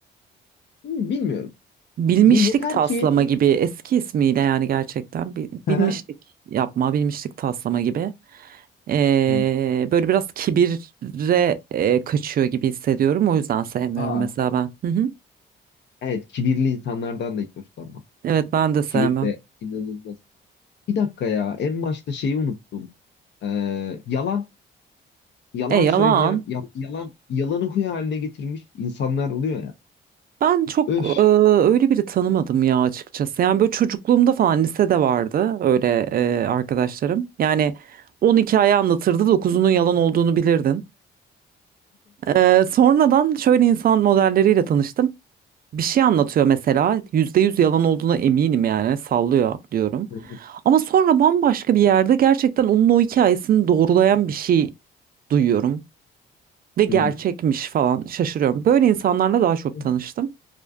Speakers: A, on the left (about 65°); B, on the right (about 50°).
A: Hmm, Bilmiyorum.
B: Bilmişlik
A: Ye- yeter
B: taslama
A: ki
B: gibi eski ismiyle yani gerçekten Bil-
A: <laughs>
B: bilmişlik
A: Hı hı.
B: yapma, bilmişlik taslama gibi. Ee,
A: Hmm.
B: böyle biraz kibire e, kaçıyor gibi hissediyorum. O yüzden sevmiyorum
A: Aa,
B: mesela ben. Hı hı.
A: evet kibirli insanlardan da hiç hoşlanmam.
B: Evet ben de sevmem.
A: Kibir de inanılmaz. Bir dakika ya en başta şeyi unuttum. Ee, yalan yalan
B: E yalan.
A: söyleyen ya- yalan yalanı huy haline getirmiş insanlar oluyor ya.
B: Ben çok
A: Öf.
B: e, öyle biri tanımadım ya açıkçası. Yani böyle çocukluğumda falan lisede vardı öyle e, arkadaşlarım. Yani 10 hikaye anlatırdı dokuzunun yalan olduğunu bilirdin. E, sonradan şöyle insan modelleriyle tanıştım. bir şey anlatıyor mesela %100 yalan olduğuna eminim yani sallıyor diyorum.
A: Hı
B: Ama sonra bambaşka bir yerde gerçekten onun o hikayesini doğrulayan bir şey duyuyorum ve gerçekmiş
A: hı.
B: falan şaşırıyorum. Böyle insanlarla daha çok
A: Hı.
B: tanıştım.